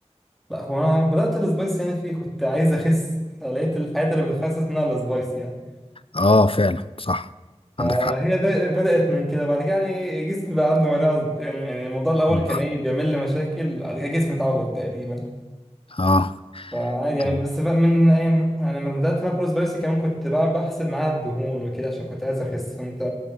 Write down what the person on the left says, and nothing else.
اه فعلا صح
عندك حق
بخ-
اه
طب-